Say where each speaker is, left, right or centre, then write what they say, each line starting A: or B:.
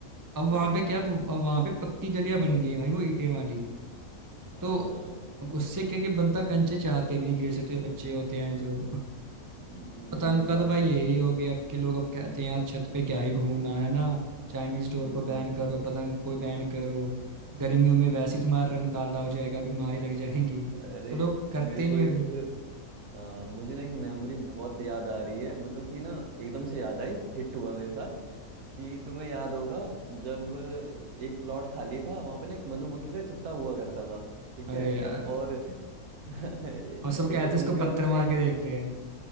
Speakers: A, on the right (about 30°); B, on the right (about 75°).
A: अब वहां
B: हम्म,
A: पे क्या अब वहां पे पक्की गलियां बन गई हैं भाई वो ईंटें वाली
B: हाँ,
A: तो अब उससे क्या कि बंदा कंचे चाह के भी नहीं खेल सकते बच्चे होते हैं जो
B: अस- हम्म,
A: पतंग
B: ये भी
A: का
B: बात
A: तो भाई
B: सच
A: यही
B: बोली
A: हो गया अब के लोग अब कहते हैं यार छत पे क्या ही घूमना है ना चाइनीज डोर
B: हम्म,
A: को बैन करो पतंग को बैन करो गर्मियों में वैसे
B: हम्म,
A: ही तुम्हारा रंग काला हो जाएगा बीमारी लग जाएंगी
B: अरे
A: तो लोग करते
B: मेरे को
A: नहीं
B: एक
A: अभी
B: आ, मुझे ना एक मेमोरी बहुत याद आ रही है मतलब कि ना एकदम से याद आई हिट हुआ मेरे साथ कि तुम्हें याद होगा जब ए- एक प्लॉट खाली था वहां पे ना एक मधुमक्खी का छत्ता हुआ करता था ठीक
A: अरे
B: है
A: यार
B: और <laughs> एक
A: हम सब कहते
B: तो तुम
A: हैं इसको पत्थर
B: भी होते
A: मार
B: थे
A: के देखते हैं